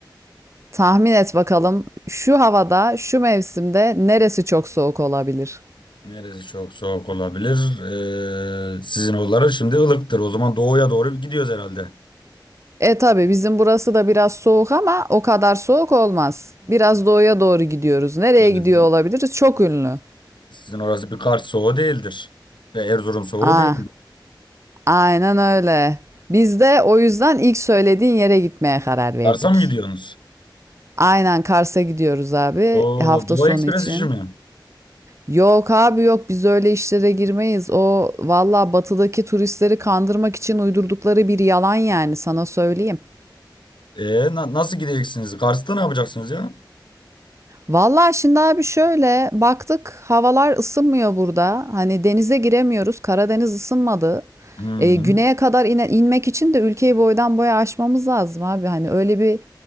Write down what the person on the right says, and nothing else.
Tahmin et bakalım şu havada, şu mevsimde neresi çok soğuk olabilir?
E tabii bizim burası da biraz soğuk ama o kadar soğuk olmaz. Biraz doğuya doğru gidiyoruz. Nereye
gidiyor
olabiliriz? Çok ünlü.
Aa.
Aynen öyle. Biz de o yüzden ilk söylediğin yere gitmeye karar verdik.
Aynen Kars'a gidiyoruz abi
hafta
sonu
için.
Yok abi yok biz öyle işlere girmeyiz. O valla batıdaki turistleri kandırmak için uydurdukları bir yalan yani sana söyleyeyim.
Valla şimdi abi şöyle baktık havalar ısınmıyor burada. Hani denize giremiyoruz. Karadeniz ısınmadı.
E, güneye kadar ine- inmek için de ülkeyi boydan boya aşmamız lazım abi. Hani öyle bir